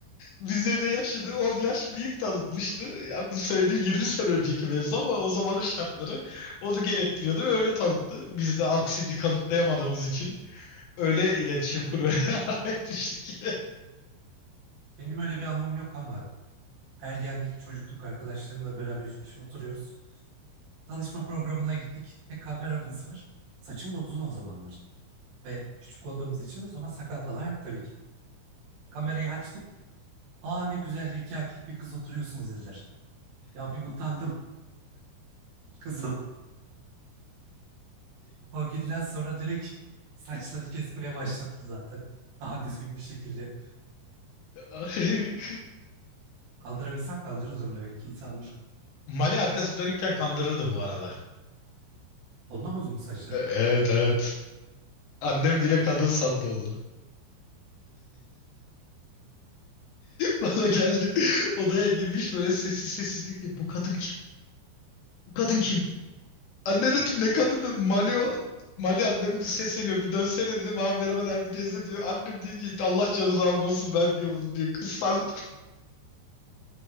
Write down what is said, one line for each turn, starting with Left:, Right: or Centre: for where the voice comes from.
Left: Bizde de yaşını 10 yaş büyük tanıtmıştı. Yani bu söylediğim 20 sene önceki mevzu ama o zamanın şartları onu gerektiriyordu ve öyle tanıttı. Biz de aksini kanıtlayamadığımız için öyle iletişim kurmaya <laughs> devam etmiştik.
Right: Benim öyle bir anım yok ama ergenlik, çocukluk arkadaşlarımla beraber üç kişi oturuyoruz. Tanışma programına gittik ve kameramız var. Saçım da uzun o zamanlar. Ve küçük olduğumuz için o zaman sakal falan yok tabii ki. Kamerayı açtık. Aa ne güzel de iki erkek bir kız oturuyorsunuz dediler. Ya bir utandım kızım. <laughs> O günden sonra direkt saçları kesmeye başladım zaten. Daha düzgün bir şekilde.
Left: <laughs>
Right: Kandırabilsem kandırıldım demek ki insanlar.
Left: Mali arkası dönükken kandırırdı bu arada.
Right: Ondan uzun mu saçlar?
Left: Evet evet. Annem bile kadın sandı onu. <laughs> Bana geldi. Odaya girmiş böyle sessiz sessiz diyor ki bu kadın kim? Bu kadın kim? Anne dedim ne kadını? Mali o. Mali annem sesleniyor bir dönsene dedim. Ha merhaba Nermin teyze diyor. Annem diyor ki Allah canını almasın ben diyor bunu diyor. Kız sandı.